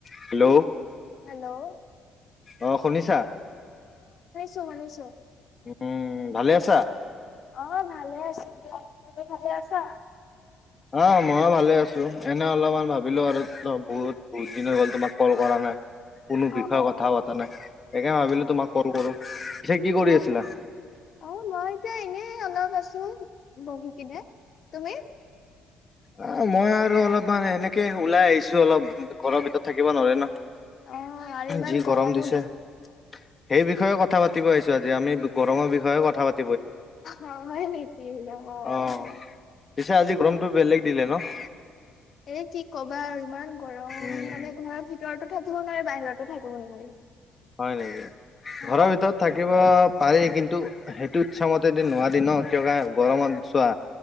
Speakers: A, on the left; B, on the left.
A: Hello?
B: Hello অ',
A: অ শুনিছা
B: শুনিছো শুনিছো।
A: উম, ভালে আছা?
B: অ', ভালে আছোঁ দিয়া তুমি ভালে আছা?
A: অ', মইও ভালে আছো এনে অলপমান ভাবিলো আৰু বহুত বহুত দিন হৈ গ'ল তোমাক কল কৰা নাই। কোনো
B: অ
A: বিষয়ে
B: অ
A: কথা পতা নাই সেইকাৰণে ভাবিলো
B: অ
A: তোমাক কল কৰো পিছে কি কৰি
B: অ
A: আছিলা?
B: তাই অ', মই এতিয়া এনে অলপ আছো বহি কিনে তুমি?
A: অ', মই আৰু অলপমান এনেকে ওলাই আহিছো অলপ ঘৰৰ ভিতৰত থাকিব নোৱাৰে ন'।
B: অ আৰু ইমান
A: যি গৰম
B: গৰমো
A: দিছে। সেই বিষয়ে কথা পাতিব আহিছো আজি আমি গৰমৰ বিষয়ে কথা পাত
B: অ', হয় নিকি লব হয়
A: অ পিছে আজি গ্ৰমটো বেলেগ দিলে ন'!
B: এ কি কবা আৰু ইমান গৰম
A: উম
B: মানে ঘৰ ভিত তৰতো থাকিব নোৱাৰে বাহিৰতো থাকিব নোৱাৰি।
A: হয় নিকি
B: অ
A: ঘৰৰ ভিতৰত থাকিব পাৰি কিন্ সেটো সেইটো ইচ্ছামতে দি নোৱাৰি ন' কিয় কাণে গৰমত চোৱা